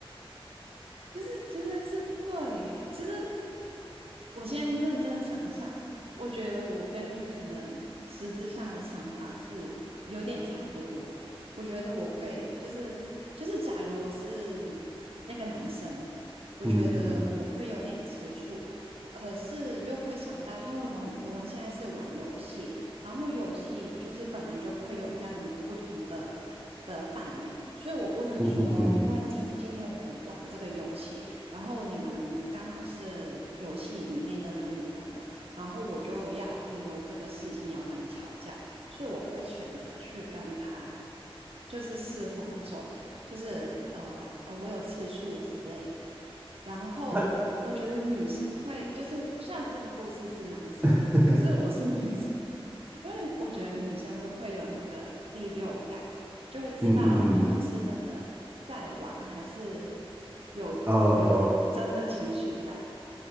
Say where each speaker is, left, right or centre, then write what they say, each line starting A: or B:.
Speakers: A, on the right; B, on the right.
A: 就是，其实是对耶其实我现在认真想想，我觉得我跟你可能实质上的想法是有点差不多。我觉得我会就是就是，假如我是那个男生，我觉得我会有点吃醋，
B: 嗯嗯
A: 可是又会想到，因为我们我们现在是玩游戏，然后游戏就是本来就会有这样不同的的扮演，所以我不能说，
B: 嗯嗯嗯，
A: 因为今今天我们玩这个游戏，然后你们刚好是游戏里面的男女朋友，然后我就要因为这个事情要跟你吵架，所以我会选择去跟他。就是事后跟他说，就是呃呃，我有次数之类的。然后我觉得女生会，
B: 他
A: 就是虽然这个故事是男生，
B: <laughs>
A: 可是我是女生，因为我觉得女生都会有那个第六感，就会知道他们是真的在玩，
B: 嗯嗯嗯，
A: 还是有有真的情绪在。
B: 哦哦，